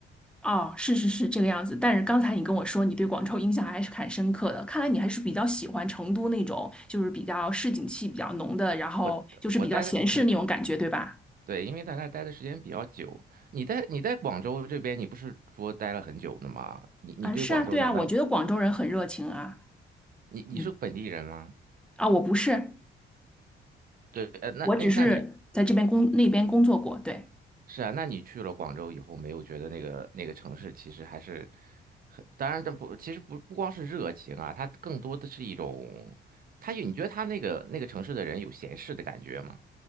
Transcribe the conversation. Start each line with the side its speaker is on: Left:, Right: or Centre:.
Centre: 哦，是是是这个样子。但是刚才你跟我说你对广州印象还是很深刻的，看来你还是比较喜欢成都那种，就是比较市井气比较浓的，然后就是比较闲适那种感觉，
Right: 我我待的对
Centre: 对吧？
Right: 对，因为在那儿待的时间比较久。你在你在广州这边，你不是说待了很久的吗？你你对广州难道
Centre: 嗯，是啊，对啊，我觉得广州人很热情啊。
Right: 你你是本地人吗？
Centre: 嗯，啊，我不是，
Right: 对，呃，那哎，
Centre: 我只是在这边工那边工作过，
Right: 那你
Centre: 对。
Right: 是啊，那你去了广州以后，没有觉得那个那个城市其实还是，当然这不，其实不不光是热情啊，它更多的是一种，它有你觉得它那个那个城市的人有闲适的感觉吗？